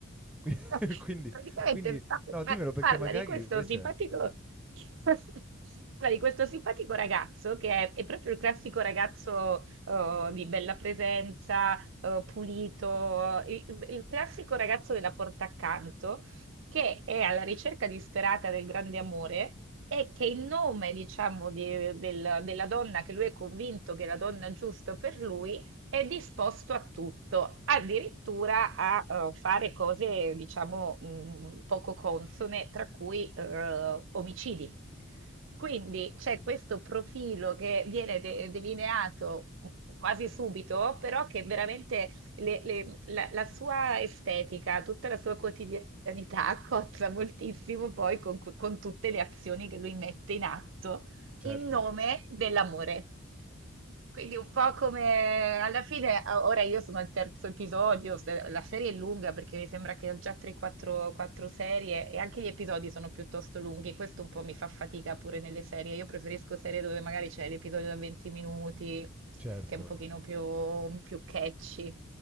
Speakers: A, in the centre; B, on the right.
A: <laughs> Qui
B: <laughs>
A: quindi
B: Praticamente
A: quindi
B: pa-
A: no,
B: pa-
A: dimmelo perché
B: parla
A: magari
B: di questo
A: invece
B: simpatico, <laughs> parla di questo simpatico ragazzo che è, è proprio il classico ragazzo eh, di bella presenza, eh, pulito, il, il classico ragazzo della porta accanto che è alla ricerca disperata del grande amore e che in nome, diciamo, di- del- della donna che lui è convinto che è la donna giusta per lui, è disposto a tutto, addirittura a eh, fare cose, diciamo, mh, poco consone, tra cui eh, omicidi. Quindi c'è questo profilo che viene de- delineato quasi subito, però che veramente le- le- la, la sua estetica, tutta la sua quotidianità <laughs> cozza moltissimo poi con, con tutte le azioni che lui mette in atto
A: certo,
B: in nome dell'amore. Quindi un po' come alla fine, ah, ora io sono al terzo episodio, se- la serie è lunga perché mi sembra che ho già 3-4 serie e anche gli episodi sono piuttosto lunghi, questo un po' mi fa fatica pure nelle serie, io preferisco serie dove magari c'è l'episodio da 20 minuti
A: certo.
B: che è un pochino più, più catchy.